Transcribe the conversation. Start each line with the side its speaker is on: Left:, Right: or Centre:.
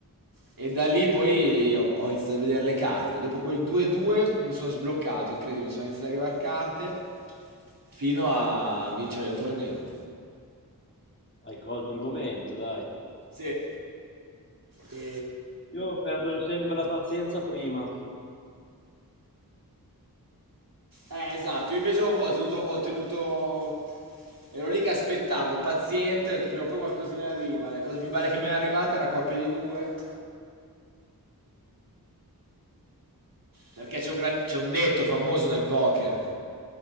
Right: E da lì poi ho ho iniziato a vedere le carte. Dopo quel 2-2 mi sono sbloccato, incredibile, sono iniziato ad arrivare carte fino a vincere il torneo.
Left: Hai colto il momento, dai.
Right: Sì. E...
Left: Io perdo sempre la pazienza prima.
Right: Eh, esatto, io invece ho, ho dovuto- ho ottenuto... Ero lì che aspettavo, paziente, ho detto, prima o poi qualcosina arriva. La cosa più bella che mi è arrivata era coppia di due, perché c'è un, gran- c'è un detto famoso nel poker.